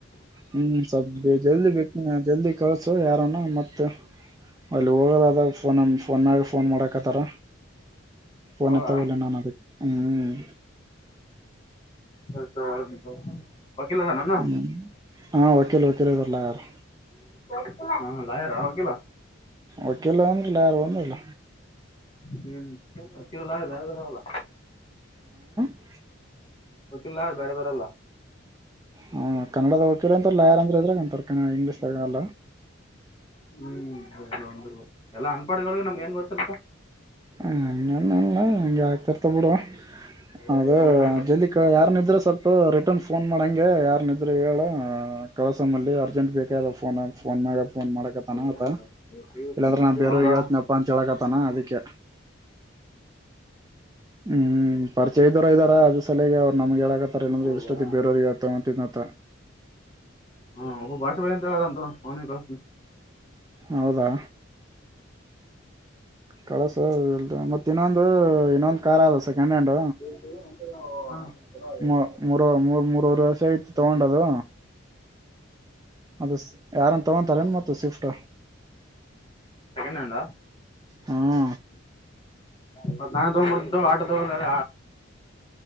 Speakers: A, on the right; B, on the left.
A: ಹ್ಮ್ ಸ್ವಲ್ಪ ಜಲ್ದಿ ಜಲ್ದಿ ಕಳ್ಸು ಯಾರನ ಮತ್ತ <unintelligible> ಅಲ್ಲಿ ಹೋಗದಾದಾಗ ಫೋನ ಫೋನ್ಗ ಫೋನ್ ಮಾಡಕತ್ತಾರ ಪೋನ್
B: ಹೌದಾ
A: ಎತ್ತವಲ್ಯ ನಾನ ಅದಕ್ಕೆ ಹ್ಮ್
B: ಸರಿ ತಗೋ ಹೇಳ್ತಿನಿ ತಗೋ ವಕೀಲ್ ಅದಾನೇನು
A: ಹ್ಮ್ ಹಾ ವಕೀಲ್ ವಕೀಲ್ ಇದಾರ ಲಾಯರ್
B: ಸುಮ್ಮ ಲಯಾರ ವಕೀಲಾ
A: ವಕಿಲ್ಲ ಅಂದ್ರ ಲಾಯರ ಒಂದೆಲ್ಲ
B: ಹ್ಮ್ ವಕಿಲ ಬ್ಯಾರದರ ಅವಲ್ಲ
A: ಹ್ಮ
B: ವಕಿಲ್ಲ ಬ್ಯಾರದರಲ್ಲ
A: ಹ್ ಕನ್ನಡದ ವಕಿಲ್ಲ ಅಂತ ಲಯಾರ ಅಂದ್ರ ಎದ್ರಾಗ ಅಂತರ ಇಂಗ್ಲೀಷದಾಗಲ್ಲ
B: ಹ್ಮ್ ಅದಂದು ಎಲ್ಲ ಅನ್ಪಾರಡ್ಗಳ ನಮ್ಗೆ ಏನ್ ಗೋತ್ತಿರತದ
A: ಹ್ಮ ನೆ ನೆ ಹಂಗೆ ಆಗ್ತಿರ್ತವ ಬಿಡು
B: ಹೌದಾ
A: ಹೌದ
B: ಏನ್
A: ಜಲ್ದಿ ಯಾರ್ನಿದ್ರ ಸ್ವಲ್ಪ ರಿಟರ್ನ್ ಫೋನ್ ಮಾಡಂಗೆ ಯಾರ್ನಿದ್ರ ಹೇಳ ಕಳಸಮ್ಮಲ್ಲಿ ಅರ್ಜೆಂಟ್ ಬೇಕದ ಫೋನ್ ಫೋನ್ ಮ್ಯಾಗ ಫೋನ್ ಮಾಡಕತಾನ ಆತ
B: ಏನು ಪಿ ಯು
A: ಇಲ್ಲಾಂದ್ರೆ
B: ಸಿ
A: ನಾ ಬೇರ
B: ಹೌದಾ
A: ಇವತ್ತು ಜಪಾನ್ಂತೇಳಕತಾನ ಅದಕ್ಕೆ <inaudible> ಹ್ಮ್ ಪರಿಚಯದವರ ಇದ್ದ ಅದ ಸಲಯಗೆ ಅವ್ ನಮ್ಗೆ ಹೇಳಕತ್ತತಾರೆಲ್ಲಂದ್ರೆ
B: ಹೌದಾ
A: ಎಷ್ಟೊತ್ತ ಬೇರವಿಗೆ ಟ
B: ಹಾ ಒಬ್ಬ ಭಾಷೆ ಬಳ ಅಂತ ಅಂತ ಅವನ ಕ
A: ಹೌದಾ ಕಳಸ ಇಲ್ ಮತ್ತ ಇನ್ನೊಂದು ಇನ್ನೊಂದು ಕಾರ್ ಅದ ಸೆಕೆಂಡ್ ಹ್ಯಾಂಡ್
B: ಏನೋ
A: ಮ ಮೂರ ಮೂರ್ ಮೂರವರೆ ವರ್ಷ ಆಯ್ತು ತಗೊಂಡದು ಅದು ಯಾರನ್ ತಗೊತಾರ ನು ಮ ಸ್ವಿಫ್ಟ
B: ಏನಡ
A: ಹ್ಮ
B: ಮತ್ತ ನಾನ್ ತೋಗ್ಬಿಡ ಆಟ ತ ನಡ